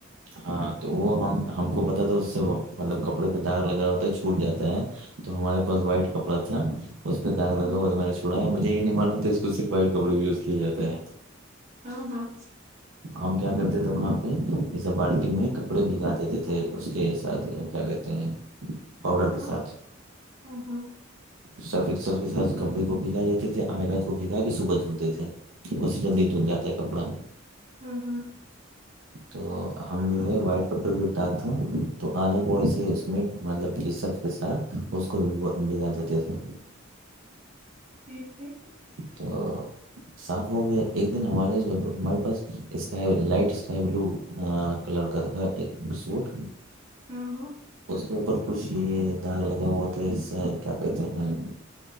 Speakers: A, on the right (about 75°); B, on the right (about 35°).
A: ہاں تو وہ ہم ہم کو پتا تھا اس سے مطلب کپڑے پہ داغ لگا ہوتا ہے چھوٹ جاتا ہے تو ہمارے پاس وائٹ کپڑا تھا اس پہ داگا
B: ہوں،
A: تو میں نے چوڑا ہے مجھے یہ نہیں معلوم تھا اس کو صرف وائٹ کپڑے بھی یز کیاے جے ہیں
B: ہاں ہاں
A: ہم کیا کرتے تھے وہاں پہ یہ سب بالٹی میں کپڑے بھیگا دیتے تھے اس کے ساتھ کیا کہتے آؤڈر
B: ہاں
A: کے ساتھ
B: ہاں ہاں
A: سرفکسر کے ساتھ کپڑے کو بھگا دیتے تھے آئرات کو بھگا کے صبح دھلتے تھے اس سے جلدی دھن جاتا ہے کپڑا
B: ہ <unintelligible>
A: تو ہم جو ہے وائٹ کپڑے بپٹاتتے تو آنا کو ایسے اس میں مطلب کہ صرف کے ساتھ اس کو بگا دیتے تھے
B: ٹھیک ٹھیک
A: تو صاف ہو گیا ایک دن ہمارے ہمارے پاس sky light sky blue colour کا تھا تھا ایک سوٹ
B: ہوں ہوں
A: اس کے اوپر کچھ یہ داغ لگا ہوا تھا اس سے کیا کہتے ہیں